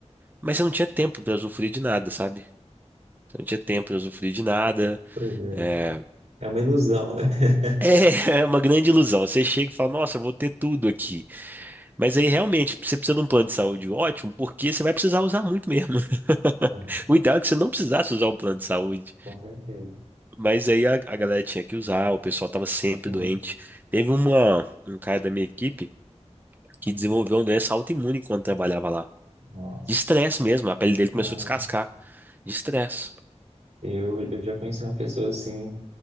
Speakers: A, on the right (about 15°); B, on the right (about 75°).
A: Mas você não tinha tempo para usufruir de nada, sabe? Você não tinha tempo para usufruir de nada.
B: pois é.
A: É,
B: É uma ilusão, né? <laughs>
A: <laughs> é uma grande ilusão. Você chega e fala, nossa, eu vou ter tudo aqui. Mas aí realmente você precisa de um plano de saúde ótimo, porque você vai precisar usar muito mesmo. <laughs>
B: É,
A: O ideal é que você não precisasse usar o plano de saúde.
B: Com certeza.
A: Mas aí a, a galera tinha que usar, o pessoal estava sempre
B: Hum,
A: doente. Teve uma, um cara da minha equipe que desenvolveu uma doença autoimune enquanto trabalhava lá.
B: nossa.
A: De estresse mesmo, a pele dele começou
B: Aham.
A: a descascar. De estresse.
B: Eu, eu já conheci uma pessoa assim,